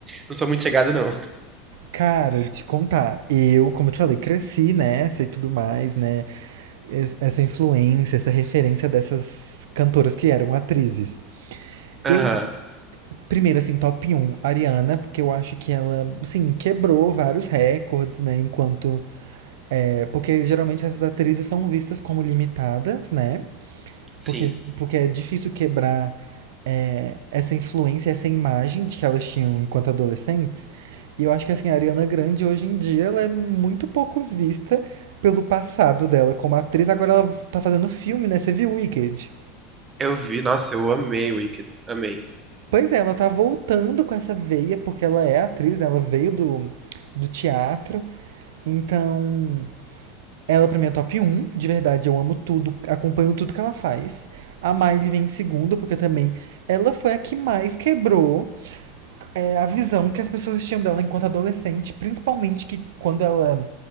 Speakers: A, on the right; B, on the right.
A: não sou muito chegado, não.
B: Cara, te contar, eu, como eu te falei, cresci nessa e tudo mais, né? essa influência, essa referência dessas cantoras que eram atrizes.
A: <laughs> Aham,
B: Eu, primeiro, assim, top um, Ariana, porque eu acho que ela, assim, quebrou vários recordes, né? Enquanto. é, porque geralmente essas atrizes são vistas como limitadas, né?
A: sim.
B: Porque, porque é difícil quebrar é, essa influência, essa imagem de que elas tinham enquanto adolescentes. E eu acho que, assim, a Ariana Grande, hoje em dia, ela é muito pouco vista pelo passado dela como atriz. Agora ela tá fazendo filme, né? Você viu Wicked?
A: Eu vi, nossa, eu amei Wicked. Amei.
B: Pois é, ela tá voltando com essa veia, porque ela é atriz, né? Ela veio do, do teatro. Então, ela pra mim é top um De verdade, eu amo tudo, acompanho tudo que ela faz. A Miley vem em segundo, porque também ela foi a que mais quebrou é, a visão que as pessoas tinham dela enquanto adolescente. Principalmente que quando ela